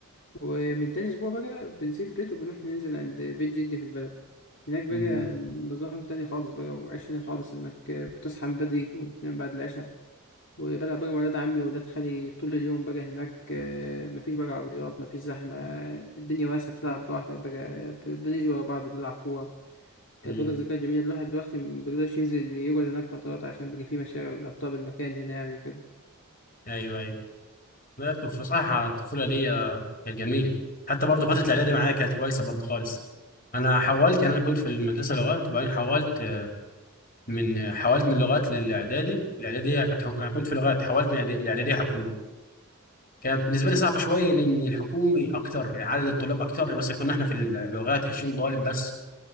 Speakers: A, on the left; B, on the left.
A: ومن تاني أسبوع بقى بنسيب البيت وبنروح ننزل عند بيت جدي في البلد هناك بقى
B: مم.
A: نظام تاني خالص بقى وعيش تاني خالص إنك بتصحى من بدري وبتنام بعد العشاء وبلعب بقى مع ولاد عمي وولاد خالي طول اليوم بقى هناك آه، مفيش بقى عربيات مفيش زحمة الدنيا واسعة بتلعب براحتك بقى ب- بنيجي ورا بعض وبنلعب كورة كانت
B: مم.
A: برضك ذكريات جميلة الواحد دلوقتي مبيقدرش ينزل يقعد هناك فترات عشان بيجي فيه مشاغل أبطال المكان هنا يعني وكده
B: ايوه ايوه لا الطف- صراحه الطفوله دي آه، كانت جميله حتى برضه فتره الاعدادي معايا كانت كويسه برضه خالص انا حولت يعني انا كنت في المدرسه لغات وبعدين حولت من حولت من لغات للاعدادي الاعداديه كانت حك- انا كنت في لغات حولت من الإعدادي- الاعداديه حكومي كانت بالنسبه لي صعبه شويه لان الحكومي اكتر عدد الطلاب اكتر مثلا كنا احنا في اللغات 20 طالب بس